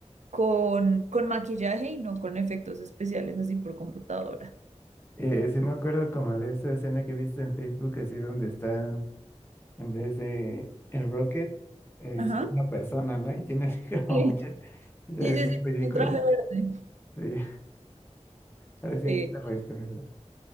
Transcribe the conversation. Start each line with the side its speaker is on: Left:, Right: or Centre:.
Right: con, con maquillaje y no con efectos especiales así por computadora.
Left: Eh, sí me acuerdo como de esa escena que he visto en Facebook, así donde está, en vez de el Rocket, eh,
Right: Ajá.
Left: es como una persona, ¿no? Y tiene así <laughs> como
Right: Sí,
Left: muchas, y se
Right: sí,
Left: ve
Right: sí,
Left: bien
Right: sí,
Left: ridícula.
Right: un traje verde.
Left: Sí, ahora sí
Right: Sí.
Left: me hiciste reír con eso.